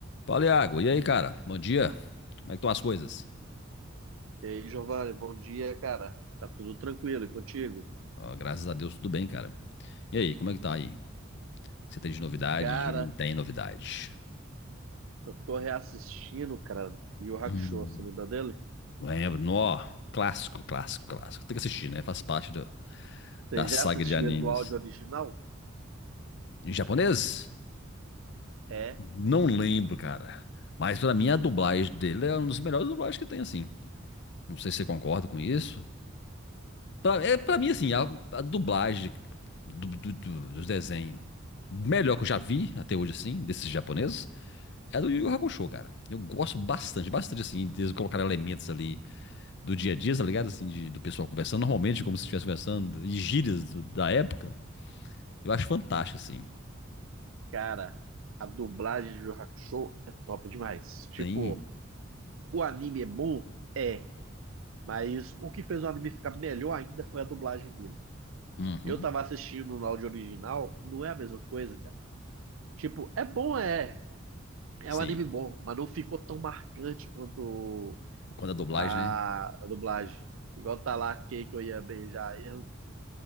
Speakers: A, on the left; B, on the right.
A: Fala, Iago. E aí, cara? Bom dia. Como é que estão as coisas?
B: E aí, Giovanni, bom dia, cara. Tá tudo tranquilo e contigo?
A: Ó, graças a Deus, tudo bem, cara. E aí, como é que tá aí? Você tem de novidade?
B: Cara,
A: de Não tem novidade?
B: eu tô reassistindo, cara, Yu Yu Hakusho,
A: Hum,
B: você lembra dele?
A: lembro. Nó, clássico, clássico, clássico. Tem que assistir, né? Faz parte do-
B: Você
A: da
B: já
A: saga
B: assistiu
A: de animes.
B: ele no áudio original?
A: Em japonês?
B: É,
A: Não lembro, cara. Mas pra mim, a dublagem dele é uma das melhores dublagens que tem, assim. Não sei se você concorda com isso. Pra, é, pra mim, assim, a, a dublagem do, do, do- dos desenhos melhor que eu já vi até hoje, assim, desses japoneses, é do Yu Yu Hakusho, cara. Eu gosto bastante, bastante, assim, de eles colocarem elementos ali do dia a dia, tá ligado? Assim, de- do pessoal conversando normalmente, como se estivesse conversando, e gírias do- da época. Eu acho fantástico, assim.
B: cara, a dublagem de Yu Yu Hakusho é top demais. Tipo,
A: Sim.
B: o anime é bom? É, mas o que fez o anime ficar melhor ainda foi a dublagem dele.
A: Uhum.
B: Eu tava assistindo no áudio original, não é a mesma coisa, cara. Tipo, é bom, é. É
A: Sim.
B: um anime bom, mas não ficou tão marcante quanto
A: Quando a dublagem,
B: a
A: né?
B: dublagem. Igual tá lá Keiko ia beijar ele.